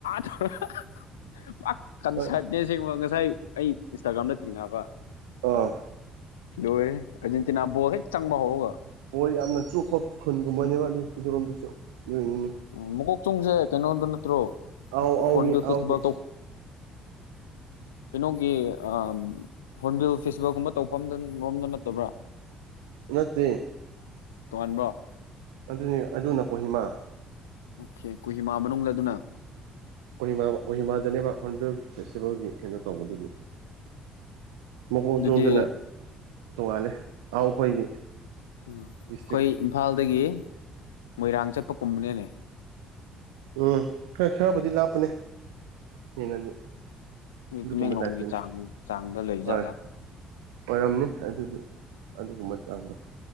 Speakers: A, on the left; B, on the right.
A: ꯇꯧꯔ ꯄꯨꯋ ꯀꯟꯁꯔꯗ
B: ꯍꯣꯏ
A: ꯅꯦ ꯑꯁꯦꯡꯕ ꯉꯁꯥꯏ ꯑꯩ ꯏꯟꯁꯇꯥꯒ꯭ꯔꯥꯝꯗ ꯊꯦꯡꯅꯕ
B: ꯑꯥ
A: ꯂꯣꯏꯔꯦꯍꯦ ꯑꯔꯖꯦꯟꯇꯤꯅꯥ ꯕꯣꯜ ꯍꯦꯛ ꯆꯪꯕ ꯍꯧꯒ
B: ꯕꯣꯏ ꯌꯥꯝꯅ ꯆꯨꯞꯄ ꯈꯨꯟꯒꯨꯝꯕꯅꯦꯕ ꯑꯗꯨ ꯑꯗꯨꯔꯣꯝꯗꯨꯁꯨ ꯂꯣꯏꯅꯤꯅꯦ
A: ꯎꯝ ꯃꯀꯣꯛ ꯆꯨꯡꯁꯦ ꯀꯩꯅꯣꯗ ꯅꯠꯇ꯭ꯔꯣ
B: ꯑꯥꯎ ꯑꯧꯒꯦ
A: ꯍꯣꯔꯟꯕꯤꯜ ꯐꯦꯁꯇꯤꯚꯦꯜ
B: ꯑꯥꯎꯒꯦ
A: ꯇꯧ ꯀꯩꯅꯣꯒꯤ ꯑꯝ ꯍꯣꯔꯟꯕꯤꯜ ꯐꯦꯁꯇꯤꯚꯦꯜꯒꯨꯝꯕ ꯇꯧꯐꯝ ꯔꯣꯝꯗ ꯅꯠꯇꯕ꯭ꯔꯥ
B: ꯅꯠꯇꯦ
A: ꯇꯣꯉꯥꯟꯕ꯭ꯔꯣ
B: ꯑꯗꯨꯅꯤ ꯑꯗꯨꯅ ꯀꯣꯍꯤꯃꯥ
A: ꯑꯣꯀꯦ ꯀꯨꯍꯤꯃꯥ ꯃꯅꯨꯡꯗ ꯑꯗꯨꯅ
B: ꯀꯣꯔꯤꯃꯥ ꯀꯣꯍꯤꯃꯥ ꯗꯅꯦꯕ ꯍꯣꯔꯟꯕꯤꯜ ꯐꯦꯁꯇꯤꯚꯦꯜꯒꯤ ꯀꯩꯅꯣ ꯇꯧꯕꯗꯨꯗꯤ ꯃꯀꯣꯛ
A: ꯑꯗꯨꯗꯤ
B: ꯆꯣꯡꯗꯨꯅ ꯇꯣꯉꯥꯂꯦ ꯑꯥꯎ ꯑꯩꯈꯣꯏꯒꯤ
A: ꯎꯝ ꯑꯩꯈꯣꯏ
B: ꯗꯤꯁꯇ꯭ꯔꯤꯛ
A: ꯏꯝꯐꯥꯜꯗꯒꯤ ꯃꯣꯏꯔꯥꯡ ꯆꯠꯄ ꯀꯨꯝꯕꯅꯦꯅꯦ
B: ꯎꯝ ꯈꯔ ꯈꯔꯕꯨꯗꯤ ꯂꯥꯞꯄꯅꯦ ꯍꯦꯟꯅꯗꯤ
A: ꯑꯗꯨꯗꯤ
B: ꯑꯗꯨꯒꯨꯝꯕ
A: ꯇꯤꯃꯦꯡꯂꯣꯡꯒꯤ
B: ꯇꯥꯏꯞꯇꯅꯤ
A: ꯆꯥꯡ ꯆꯥꯡꯗ ꯂꯩꯖꯥꯠꯂ
B: ꯍꯣꯏ ꯑꯣꯏꯔꯝꯅꯤ ꯑꯗꯨꯗꯤ ꯑꯗꯨꯒꯨꯝꯕ ꯆꯥꯡꯗꯣ